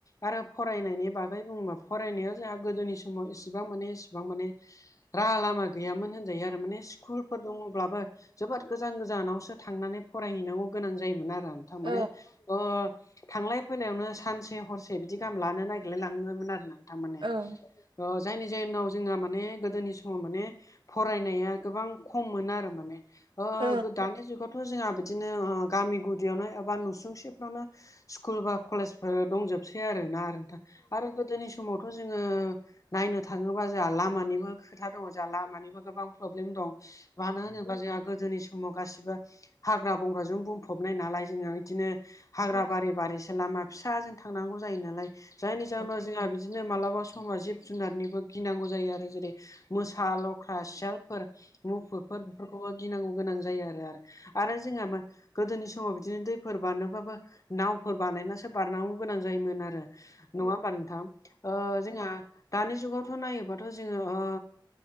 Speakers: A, on the left; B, on the right.
A: आरो फरायनायनि बाग गै बुंबा फरायनायाव जोंहा गोदोनि समाव इसेबां माने एसेबां माने राहा लामा गैयामोन। जायो आरो माने स्कुलफोर दंङोब्लाबो जोबोद गोजान गोजानावसो थांनानै फरायहैनांगौ गोनां जायोमोन आरो नोंथां
B: औ
A: माने ओ थांलाय फैलायावनो सानसे हरसे बिदि गाहाम लानो नागगिरलाय लाङोमोन आरो नोंथां माने
B: औ।
A: ओ जायनि जाहोनाव जोंहा माने गोदोनि समाव माने फरायनाया गोबां खममोन आरो माने ओ
B: औ
A: दानि जुगाव थ' जोंहा बिदिनो ओ गामि गुदियावनो एबा नुसुंसेफ्रावनो स्कुल बा कलेजफोर दंजोबसै आरो ना आरो। आरो गोदोनि समावथ' जोङो नायनो थाङोबा जोंहा लामानिबो खोथा दङ जोहा लामानिबो गोबां प्रब्लेम दं मानो होनोबा जोंहा गोदोनि स समाव गासिबो हाग्रा बंग्राजों बुंफबनाय नालाय जोङो। बिदिनो हाग्रा बारि बारिसो लामा फिसाजों थांनांगौ जायो नालाय जायनि जाहोनाव
B: औ
A: जोंहा बि दिनो मालाबा समा जिब जुनारनिबो गिनांगौ जायो आरो जेरै मोसा लख्रा सियालफोर मुफुरफोर बेफोरखौबो गिनांगौ गोनां जायो आरो। आरो जोंहा म गोदोनि समाव बिदिनो दैफोर बारनोबाबो नावफोर बानायनासो बारनांगौ गोनां जायोमोन आरो। नङा होमबा नोंथां ओ जोंहा दानि जुगावथ' नायोबाथ' जोङो ओ